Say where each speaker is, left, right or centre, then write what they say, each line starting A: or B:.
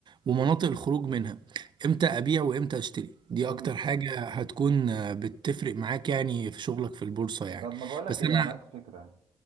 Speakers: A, on the right (about 40°); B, on the right (about 75°).
A: ومناطق الخروج منها امتى ابيع وامتى اشتري دي
B: طب
A: اكتر حاجة هتكون آه، بتفرق معاك يعني في شغلك في البورصة يعني
B: طب ما بقولك
A: بس
B: ايه
A: انا
B: انا عندي فكره